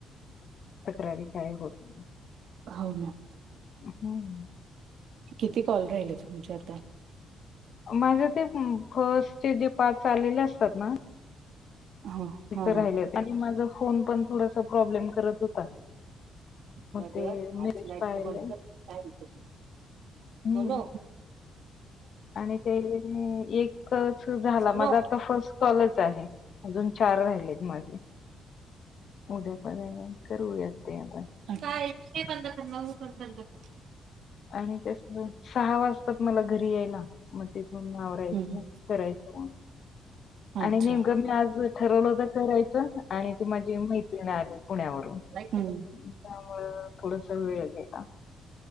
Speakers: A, on the left; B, on the right.
A: तक्रारी काय होत नाही.
B: हाव ना.
A: हम
B: किती कॉल राहिले तुमचे आता?
A: माझे ते फर्स्टचे जे पाच आलेले असतात ना
B: हा
A: तिथं
B: हा.
A: राहिलेत आणि माझ फोन पण थोडासा प्रॉब्लेम करत होता
B: मग
A: ते
B: <inaudible> लाईट
A: मेसेज पाहिले
B: बंद कर <unintelligible>
A: हम्म
B: सोनु
A: आणि ते एक एकच झाला
B: सोनू
A: माझा आता फर्स्ट कॉलच आहे अजून चार राहिलेत माझे उद्या पर्यंत करूयात ते आता
B: <inaudible>
A: आणि तसलं सहा वाजतात मला घरी यायला मग तिथून आवरायचं
B: हम्म
A: मग करायच मग
B: अच्छा
A: आणि नेमकं मी आज ठरवलं तर करायचं आणि ती माझी मैत्रिण आली पुण्यावरून
B: हम्
A: त्यामुळे थोडस वेळ गेला